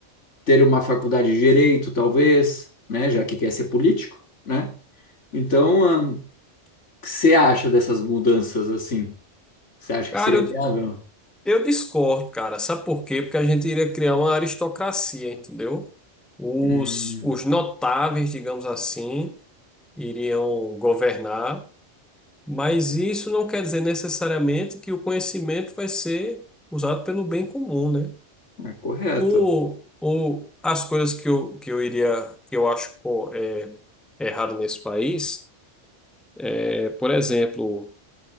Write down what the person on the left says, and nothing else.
ter uma faculdade de direito, talvez, né? Já que quer ser político, né? Então, ah, o que você acha dessas mudanças assim? Você acha
que seria
viável?
Hum.
É correto.